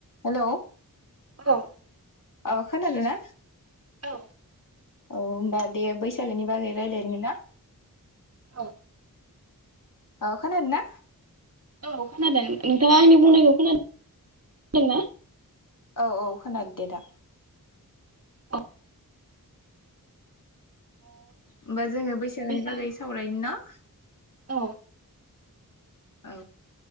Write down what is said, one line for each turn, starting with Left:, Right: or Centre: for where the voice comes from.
Left: Hello
Right: औ
Left: औ खोनादोंना
Right: औ
Left: औ होमबा दे बैसागोनि बागै रायजलायनो ना
Right: औ
Left: अ खोनादोंना
Right: औ खोनादों नोंथाङा आंनि बुंनायखौ खोनादों खोनादोंना
Left: औ औ खोनादों दे दा
Right: औ
Left: होमबा जोङो बैसागोनि
Right: बैसागो
Left: बागै सावरायनो ना
Right: औ
Left: औ